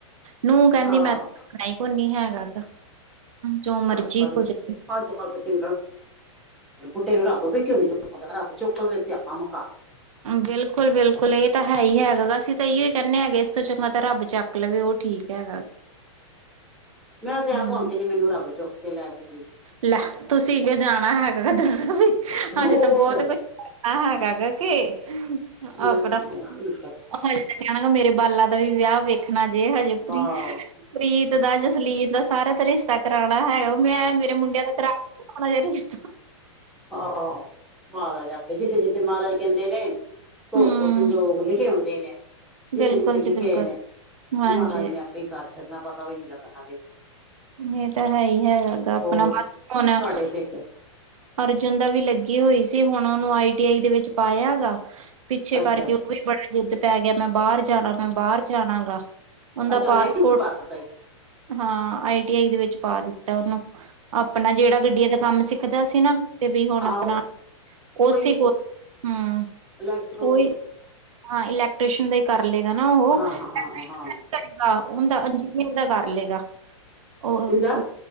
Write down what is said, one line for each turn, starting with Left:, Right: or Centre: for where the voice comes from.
Right: ਨੂੰਹ ਕਹਿੰਦੀ
Centre: ਹਾਂ
Right: ਮੈਂ ਤਣਾ ਹੀ ਕੋੁੰਨੀ ਹੈਗਾ। ਜੋ ਮਰਜੀ
Centre: ਪਰਰ ਕਰਸ਼।
Right: ਹੋ ਜਾਵੇ
Centre: ਅੱਜ ਕੱਲ ਤੁਸੀ ਗੁੱਡੇ ਨੂੰ ਰੱਬ ਵੀ ਕਿਉਂ ਨੀ ਚੁੱਕਦਾ, ਰੱਬ ਚੁੱਕਲੈਵੇ ਸਾਪਾਂ ਮੁਕਾ। <inaudible>
Right: ਬਿਲਕੁਲ- ਬਿਲਕੁਲ ਇਹ ਤਾਂ ਹੈ ਹੀ ਹੈਗਾ ਗਾ। ਅਸੀਂ ਤਾਂ ਇੋ ਹੀ ਕਹਿੰਦੇ ਹਾਂਗੇ, ਇਸ ਤੋਂ ਚੰਗਾ ਤਾਂ ਰੱਬ ਚੱਕ ਲਵੇ ਉਹ ਠੀਕ ਹੈਗਾ। <inaudible>
Centre: ਮੈਂ
Right: ਗਾ
Centre: ਤੇ ਆਪ
Right: ਹੂੰ
Centre: ਹੁਣ ਕੇਹਿਦੀ ਨ। ਮੈਨੂੰ ਰੱਬ ਚੁੱਕ ਕੇ ਲੈ ਜਾਏ।
Right: ਲੈ ਤੁਸੀਂ ਕਿਉ ਜਾਣਾ ਹੈਗਾ। ਦੱਸੋ ਵੀ, ਹਜੇ
Centre: ਹੋਰ
Right: ਤਾਂ ਬਹੁਤ ਕੁਛ ਆ ਹਾਂ ਕ ਕ ਕੀ,
Centre: ਨਹੀਂ
Right: ਅਪਣਾ
Centre: ਹੋਰ ਕੀ ਕਰ
Right: ਮੈਂ ਕਹਿਣ ਗਾ ਮੇਰੇ ਬਾਲਾਂ ਦਾ ਵੀ ਵਿਆਹ ਵੇਖਣਾ ਜੇ ਹਜੇ ਉਪਰੀ
Centre: ਆਹ
Right: ਪ੍ਰੀਤ ਦਾ, ਜਸਲੀਨ ਦਾ ਸਾਰਿਆਂ ਦਾ ਰਿਸ਼ਤਾ ਕਰਾਉਣਾ ਹੈਗਾ। ਉਹ ਮੈਂ ਮੇਰੇ ਮੁੰਡਿਆਂ ਦਾ ਕਰਾ। ਹਜੇ ਜਾਰੀ ਇਸ਼
Centre: ਆਹੋ ਆਹੋ! ਮਹਾਰਾਜ ਆਪੇ ਜਿੱਥੇ- ਜਿੱਥੇ ਮਹਾਰਾਜ ਕਹਿੰਦੇ ਨੇ। ਤੁਰ
Right: ਹੂੰ
Centre: ਤੋਂ ਸੰਜੋਗ ਲਿਖੇ ਹੁੰਦੇ ਨੇ। ਜਿੱਥੇ
Right: ਬਿਲਕੁਲ
Centre: -ਜਿੱਥੇ ਲਿਖੇ
Right: ਜੀ ਬਿਲਕੁਲ
Centre: ਹੋਏ ਨੇ।
Right: ਹਾਂਜੀ
Centre: ਮਹਾਰਾਜ ਨੇ ਆਪੇ ਹੀ ਘਰ ਛੱਡਣਾ ਪਤਾ ਵੀ ਨੀ ਲੱਗਣਾ ਵੇਖ।
Right: ਇਹ ਤਾਂ ਹੈ ਹੀ ਹੈ ਹੈਗਾ। ਆਪਣਾ
Centre: ਹੋਰ
Right: ਬਸ ਹੁਣਰ।
Centre: ਸਾਡੇ ਤੇ ਇੱਕ
Right: ਅਰਜੁਨ ਦਾ ਵੀ ਲੱਗੀ ਹੋਈ ਸੀ ਹੁਣ ਉਹਨੂੰ ਆ ਈ ਟੀ ਆਈ ਦੇ ਵਿੱਚ ਪਾਇਆ ਗਾ। ਪਿੱਛੇ
Centre: ਅੱਛਾ
Right: ਕਰਕੇ ਉਹ ਵੀ ਬੜਾ ਜਿੱਦ ਪੈ ਗਿਆ ਮੈਂ ਬਾਹਰ ਜਾਣਾ, ਮੈਂ ਬਾਹਰ ਜਾਣਾ ਗਾ। ਉਹਦਾ
Centre: ਅੱਛਾ
Right: ਪਾਸਪੋਰਟ
Centre: ਨ ਆਈ ਟੀ ਚ' ਪਤਾ ਆ।
Right: ਹਾਂ। ਆ ਈ ਟੀ ਆਈ ਦੇ ਵਿੱਚ ਪਾ ਦਿੱਤਾ। ਉਹਨੂੰ ਆਪਣਾ ਜਿਹੜਾ ਗੱਡੀਆਂ ਦਾ ਕੰਮ ਸਿੱਖਦਾ ਸੀ ਨਾ। ਤੇ ਵੀ ਹੁਣ
Centre: ਹਾਂ
Right: ਆਪਣਾ,
Centre: ਉਹ
Right: ਉਸ
Centre: ਉਹੀ
Right: ਕੋਲ, ਹਮ।
Centre: ਇਲੈਕਟ੍ਰੋ
Right: ਉਹੀ, ਹਾਂ। ਇਲੈਕਟ੍ਰੀਸ਼ਸ਼ਨ ਦਾ ਹੀ ਕਰ ਲਏਗਾ ਨਾ ਉਹ।
Centre: ਹਾਂ ਹਾਂ ਹਾਂ ਹਾਂ
Right: <unintelligible> ਉਹ
Centre: ਹੁੰਦਾ